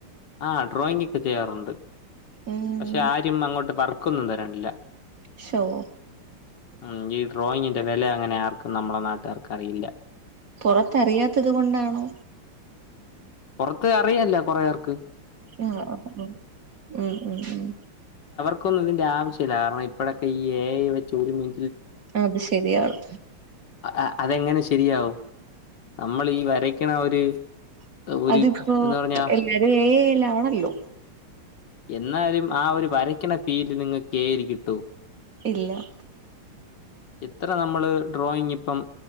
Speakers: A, on the left; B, on the right.
A: ആഹ് ഡ്രോയിങ്‌ എക്കെ ചെയ്യാറുണ്ട്
B: ഉം
A: പക്ഷെ ആരും അങ്ങോട്ട് പറ ക്കൊന്നും തരണില്ല
B: ശോഹ്
A: ഉം ഈ ഡ്രോയിങ്ങിന്റെ വെല അങ്ങനെ ആർക്കും നമ്മളെ നാട്ടാർ ക്കറിയില്ല
B: പൊറത്തറിയാത്തത് കൊണ്ടാണോ?
A: ത്ത് അറിയാല്ല കൊറേ ഏർക്ക്
B: <unintelligible> ഉംഹ് ഉംഹ് ഉംഹ്
A: ക്കൊന്നുതിന്റെ ആവശ്യല്ല കാരണം ഇപ്പഴൊക്കെ ഈ ഏ ഐ വച്ച് ഒരുമിൻ
B: അത് ശെരിയാണ്
A: അ അതെങ്ങനെ ശെരിയാവും നമ്മൾ ഈ വരക്കണ ഒരു ഒരു
B: അതിപ്പോ
A: എന്ന് പറഞ്ഞാ
B: എല്ലാരും എ ഐ ല് ആണല്ലോ
A: എന്നാലും ആ ഒരു വരക്കണ ഫീല് നിങ്ങൾ എ ഐ ല് കിട്ടോ
B: ഇല്ല
A: ഇത്ര നമ്മള് ഡ്രോയിങ് ഇപ്പം